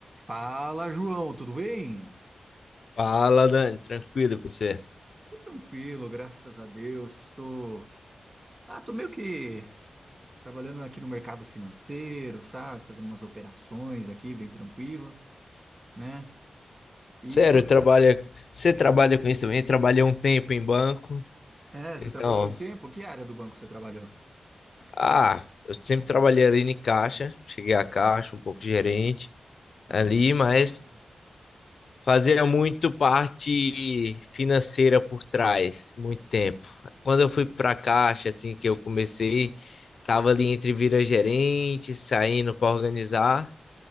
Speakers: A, on the right; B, on the left.
A: Fala, João, tudo bem?
B: Fala, Dani, tranquilo e você?
A: Tô tranquilo, graças a Deus. Tô, ah, tô meio que trabalhando aqui no mercado financeiro, sabe? Fazendo umas operações aqui, bem tranquilo, né? E
B: Sério,
A: você,
B: trabalha, você trabalha com isso também? Eu Trabalhei um tempo em banco,
A: é, você
B: então,
A: trabalhou em tempo? Que área do banco você trabalhou?
B: ah, eu sempre trabalhei ali em caixa, cheguei a caixa, um pouco gerente
A: Ah,
B: ali,
A: que bacana.
B: mas fazia muito parte financeira por trás, muito tempo. Quando eu fui para caixa, assim que eu comecei, tava ali entre vira gerente, saindo para organizar,